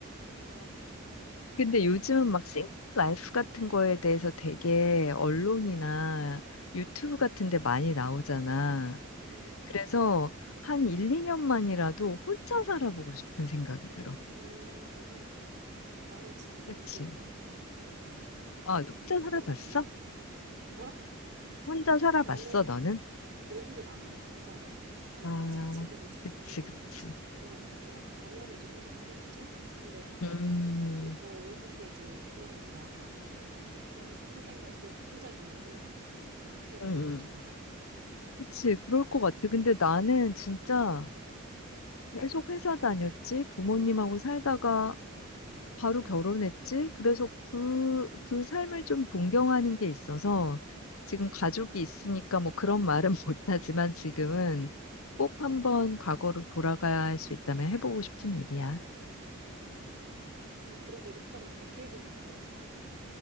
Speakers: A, on the right; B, on the left.
A: 아,
B: 근데 요즘 막 싱글 라이프 같은 거에 대해서 되게 언론이나 유튜브 같은 데 많이 나오잖아.
A: 음.
B: 그래서 한 1, 2년만이라도 혼자 살아보고 싶은 생각이 들어.
A: 오, 너무 좋다, 너무 좋다. 나는 진짜 너무
B: 그치?
A: 좋은 것 같아. 음,
B: 아, 혼자
A: 온전히
B: 살아봤어?
A: 나의 삶이. 어?
B: 혼자 살아봤어,
A: 나는
B: 너는?
A: 외국에 나가면 이제 혼자 잠깐
B: 아,
A: 살지. 지금 이제 부모님이랑
B: 그치, 그치.
A: 같이 있고, 유학 가면 이제 혼자 살겠지? 근데
B: 음,
A: 외국, 어, 외국에 이제 일 때문에 나가면은 한 3개월? 이렇게 혼자 있는데, 난 그때가
B: 음, 음.
A: <laughs> 너무 좋아.
B: 그치, 그럴 것 같아. 근데
A: 음,
B: 나는 진짜 계속 회사 다녔지, 부모님하고 살다가 바로 결혼했지. 그래서 그, 그 삶을 좀 동경하는 게 있어서 지금
A: 음,
B: 가족이 있으니까 뭐 그런 말은 <laughs> 못하지만 지금은
A: 음,
B: 꼭 한번 과거로 돌아갈 수 있다면 해보고 싶은 일이야.
A: 너무 좋네. 근데 그래도 이렇게 한번 얘기해보니까 너무 재밌다.